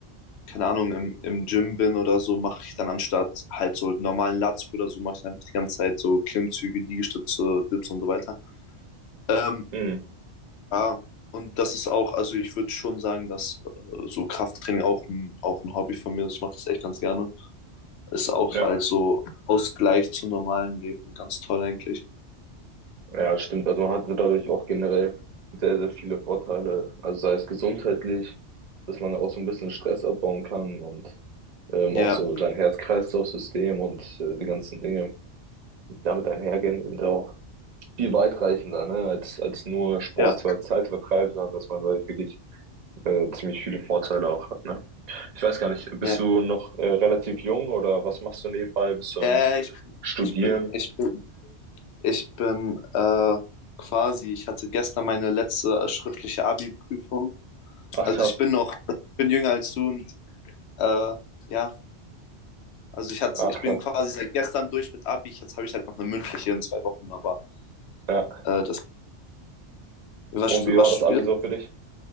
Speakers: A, on the left; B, on the right.
A: keine Ahnung, im, im Gym bin oder so, mache ich dann anstatt halt so normalen Latzug oder so, mache ich einfach die ganze Zeit so Klimmzüge, Liegestütze, Dips und so weiter. Ähm,
B: Hm,
A: ja, und das ist auch, also ich würde schon sagen, dass äh, so Krafttraining auch ein, auch ein Hobby von mir ist. Ich mache das echt ganz gerne. Ist auch
B: ja,
A: als so Ausgleich zum normalen Leben ganz toll eigentlich.
B: ja, stimmt. Also man hat dadurch auch generell sehr, sehr viele Vorteile. Also sei es gesundheitlich, dass man auch so ein bisschen Stress abbauen kann und ähm,
A: Ja,
B: auch so sein Herz-Kreislauf-System und äh, die ganzen Dinge. damit einhergehen, sind ja auch viel weitreichender, ne, als, als nur Sport
A: ja,
B: so als Zeitvertreib, sondern dass man dadurch wirklich äh, ziemlich viele Vorteile auch hat, ne? Ich weiß gar nicht, bist
A: ja.
B: du noch äh, relativ jung oder was machst du nebenbei? Bist du am
A: Ja, ja, ja, ich,
B: Studieren?
A: ich bin, ich bin, ich bin äh, quasi, ich hatte gestern meine letzte äh, schriftliche Abi-Prüfung.
B: Ach
A: Also
B: krass,
A: ich bin noch, ich bin jünger als du und äh, ja, also ich hatte,
B: ach
A: ich
B: krass,
A: bin quasi seit gestern durch mit Abi. Jetzt habe ich halt noch eine mündliche in zwei Wochen, aber
B: ja.
A: Äh, das, was,
B: Und
A: stu-
B: wie
A: was
B: war das
A: studierst?
B: Abi so für dich?